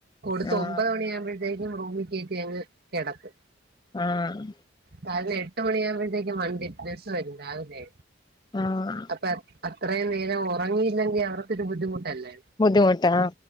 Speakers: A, on the right; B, on the left.
A: കൊടുത്ത്
B: ആഹ്
A: ഒമ്പത് മണിയ ആകുമ്പോഴത്തേക്കും റൂമി കയറ്റി ങ്ങ് കിടത്തും
B: ആഹ്
A: കാരണം എട്ട് മണിയാവുമ്പോഴത്തേക്കും വണ്ടി ബസ്സ് വരും രാവിലെ
B: ആഹ്
A: അപ്പൊ അത്രയും നേരം ഉറങ്ങിയില്ലെങ്കിൽ അവർക്കൊരു ബുദ്ധിമുട്ടല്ലെ
B: ബുദ്ധിമുട്ടാ